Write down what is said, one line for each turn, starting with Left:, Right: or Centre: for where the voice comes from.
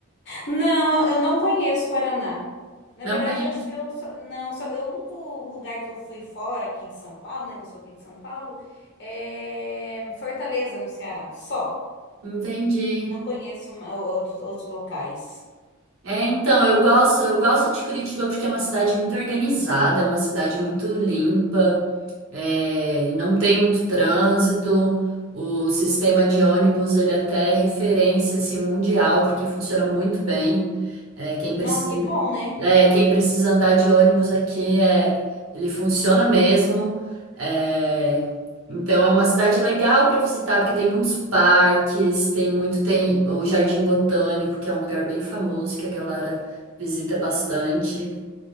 Left: Não, eu não conheço Paraná. Na
Right: Não
Left: verdade,
Right: conheço.
Left: eu acho que eu só, não, só, eu- o único lugar que eu fui fora aqui de São Paulo, né? Que eu sou aqui de São Paulo, é Fortaleza, no Ceará. Só.
Right: Entendi.
Left: Não conheço ma- outros, outros locais.
Right: É, então, eu gosto, eu gosto de Curitiba porque é uma cidade muito organizada, é uma cidade muito limpa. É, não tem muito trânsito. O sistema de ônibus ele até é referência assim, mundial, porque funciona muito bem. É, quem precisa,
Left: Nossa, que bom, né?
Right: é, quem precisa andar de ônibus aqui é, ele funciona mesmo. É, então é uma cidade legal para visitar, porque tem muitos parques, tem muito, tem o Jardim Botânico, que é um lugar bem famoso que a galera visita bastante.